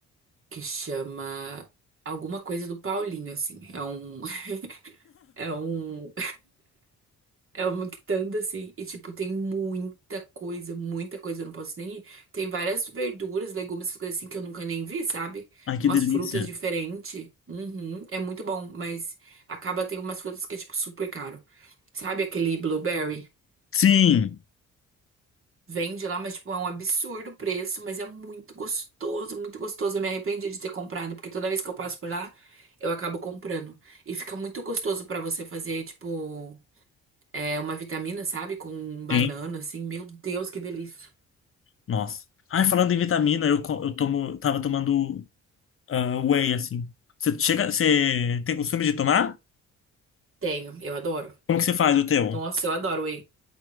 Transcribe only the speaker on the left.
Ai, que
delícia.
Sim.
Sim.
Nossa. Ai, falando em vitamina, eu, co- eu tomo, tava tomando ah, whey, assim. Você chega, você tem costume de tomar?
Como que você faz o teu?